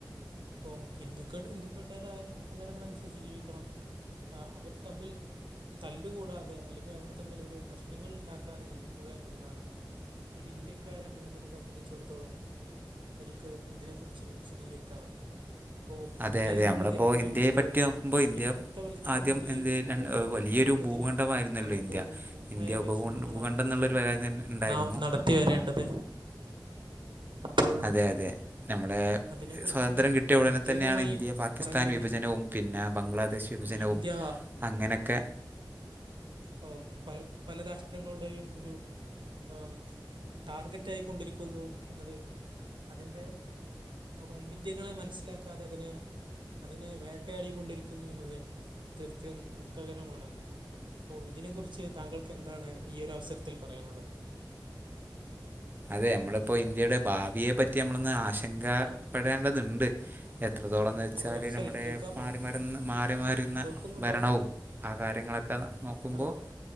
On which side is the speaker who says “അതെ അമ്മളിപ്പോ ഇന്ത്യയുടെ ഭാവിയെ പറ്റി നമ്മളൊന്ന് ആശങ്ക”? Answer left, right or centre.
Right